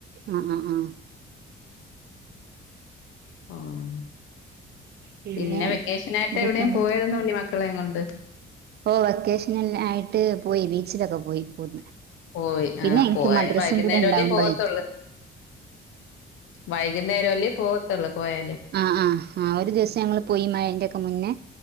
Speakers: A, on the right (about 55°); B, on the left (about 80°).
A: ആഹ് ആഹ് ആഹ്
B: ആഹ്
A: പിന്നെ
B: പിന്ന വെക്കേഷനായിട്ട്
A: എന്തൊക്കെയുണ്ട്
B: എവ്ടെയും പോയതൊന്നുല്ലേ മക്കളേം കൊണ്ട്
A: ഓഹ് വെക്കേഷൻ നൽ ആയ്ട്ട് പോയി ബീച്ചിലെക്ക പോയി പോന്ന്
B: പോയി
A: പിന്നെ
B: ആഹ്
A: എനിക്ക്
B: പോയാലും
A: മദ്രസും
B: വൈക്ന്നേരം
A: കൂടെ ഉണ്ടാവുമ്പോളേ
B: അല്ലേ പോകത്തൊള്ള് വൈക്ന്നേരം അല്ലേ പോകത്തൊള്ള് പോയാലും
A: ആഹ് ആഹ് ആ ഒര് ദിവസം ഞങ്ങള് പോയ് മയെന്റെക്ക മുന്നേ